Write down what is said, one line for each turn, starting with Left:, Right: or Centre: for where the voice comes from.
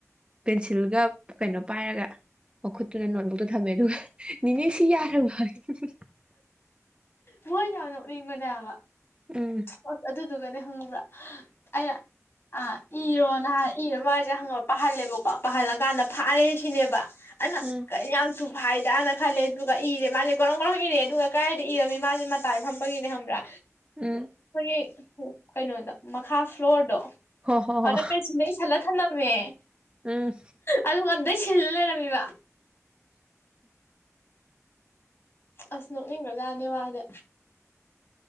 Right: ꯄꯦꯟꯁꯤꯜꯒ ꯀꯩꯅꯣ ꯄꯥꯏꯔꯒ ꯑꯗꯨꯅ ꯅꯣꯠꯕꯨꯛꯇ ꯊꯝꯃꯦ ꯑꯗꯨꯒ ꯅꯅꯦ ꯁꯤ ꯌꯥꯔꯕ ꯌꯦ ꯍꯨꯝ ꯍꯨꯝ
Left: ꯃꯣꯏꯅ ꯑꯗꯨꯝ ꯐꯨꯅꯤꯡꯕꯅꯦ ꯍꯥꯏꯕ
Right: ꯎꯝ
Left: ꯍꯣꯏ ꯑꯗꯨ ꯑꯗꯨꯒꯗꯤ ꯈꯪꯉꯕ꯭ꯔꯥ ꯑꯩꯅ ꯏꯔꯣ ꯅꯍꯥꯟ ꯏꯔ ꯃꯥꯁꯦ ꯍꯪꯉ ꯄꯥꯍꯜꯂꯦꯕꯀꯣ ꯄꯥꯍꯜꯂꯀꯥꯟꯗ ꯐꯥꯔꯦ ꯁꯤꯅꯦꯕ ꯑꯂ
Right: ꯎꯝ
Left: ꯀꯩ ꯌꯥꯝ ꯊꯨꯏ ꯐꯥꯏꯗꯥꯅꯅꯥꯈꯜꯂꯦ ꯑꯗꯨꯒ ꯏꯔꯦ ꯃꯁꯦ ꯒꯔꯣꯡꯒꯔꯣꯡ ꯏꯔꯦ ꯑꯗꯨꯒ ꯀꯗꯥꯥꯏꯗ ꯏꯔꯃꯤ ꯃꯥꯁꯦ ꯃꯇꯥꯏ ꯐꯝꯕꯒꯤꯅꯦ ꯈꯪꯕ꯭ꯔꯥ
Right: ꯎꯝ
Left: ꯑꯩꯈꯣꯏ ꯀꯩꯅꯣꯗ ꯃꯈꯥ ꯐ꯭ꯂꯣꯔꯗꯣ
Right: ꯍꯣ ꯍꯣ ꯍꯣ
Left: ꯑꯗ ꯄꯦꯁꯤꯅ ꯏꯁꯜꯂ ꯊꯅꯝꯃꯦ
Right: ꯎꯝ
Left: ꯑꯗꯨ ꯑꯗꯩ ꯁꯤꯜ ꯂꯩꯔꯝ ꯀꯩꯕ ꯑꯁ ꯅꯣꯅꯤꯡꯒ꯭ꯔꯖꯥꯠꯅꯤ ꯃꯥꯗꯤ